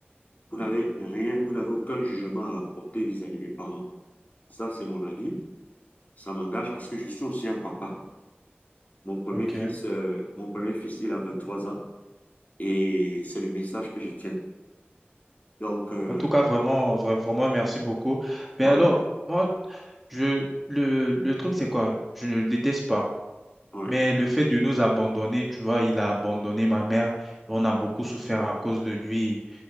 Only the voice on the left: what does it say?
Vous n'avez rien, vous n'avez aucun jugement à apporter vis-à-vis des parents. Ça, c'est mon avis. Ça m'engage parce que je suis aussi un papa. Mon premier
fils, euh, mon premier fils, il a vingt trois ans et c'est le message que je tiens. Donc, euh,
voilà.
Ouais.